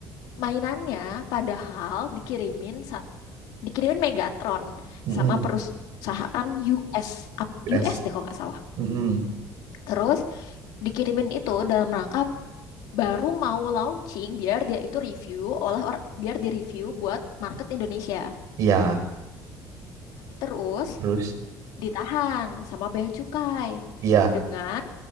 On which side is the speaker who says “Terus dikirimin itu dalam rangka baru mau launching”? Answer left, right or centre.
Left